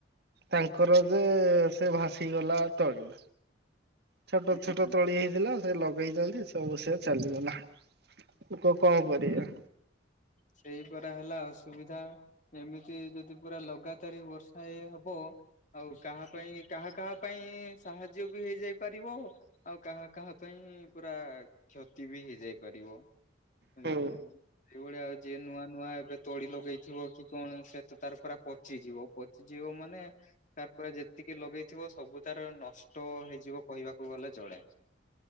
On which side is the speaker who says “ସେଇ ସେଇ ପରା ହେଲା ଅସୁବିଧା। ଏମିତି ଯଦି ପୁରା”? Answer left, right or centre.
Left